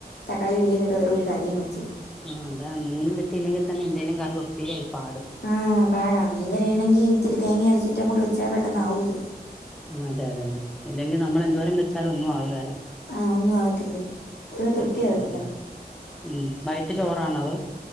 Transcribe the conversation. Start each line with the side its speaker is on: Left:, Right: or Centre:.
Left: തക്കാളി ഉള്ളിക്കെട്ട് വെറൊരു കറിയും വെച്ച്
Centre: ആഹ് അതാണ് മീൻ കിട്ടില്ലെങ്കിൽ തന്നെ എന്തോലും കറി ഒപ്പീരായി പാടും
Left: ആഹ് പാടാ മീൻ ക വേണെങ്കി ഇത്തിരി തേങ്ങ അരച്ചിട്ടങ്ങോട്ട് വെച്ചാ പെട്ടന്നാവൂലേ
Centre: ആ അതെ അതെ അതെ അല്ലെങ്കിൽ നമ്മൾ എന്തോരം ക ചാലും ഒന്നും ആവുകെല
Left: ആഹ് ഒന്നും ആവാത്തില്ല ഒരു തൃപ്തി
Centre: ഉം
Left: വരത്തില്ല
Centre: ഉം ഉം വൈകിട്ട് ചോറാണോ അതോ